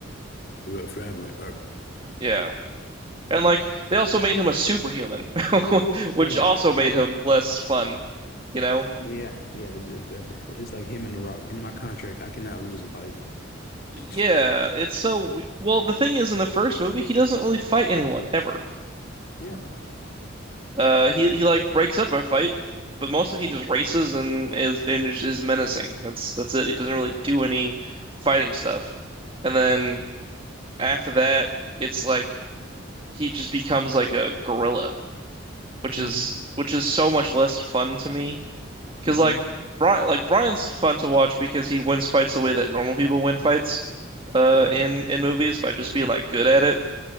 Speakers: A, on the left; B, on the right.
A: Family.
B: Yeah. And like they also made him a superhuman, <laughs> which
A: Oh yeah,
B: also made
A: yeah,
B: him less fun, you know?
A: yeah, yeah. It's, it's that- it's like him and The Rock. In my contract, I cannot lose a fight.
B: Yeah,
A: <laughs>
B: it's so we well, the thing is in the first movie, he doesn't really fight anyone ever.
A: Yeah.
B: Uh he he like breaks up a fight, but mostly he just races and is and is is menacing. That's that's it. He doesn't really do any fighting stuff. And then after that, it's like he just becomes like a gorilla, which
A: hmm
B: is which is so much less fun to me. Because
A: hmm
B: like Brian like Brian's fun to watch because he wins fights the way that normal people win fights uh
A: Yeah.
B: in in movies by just being like good at it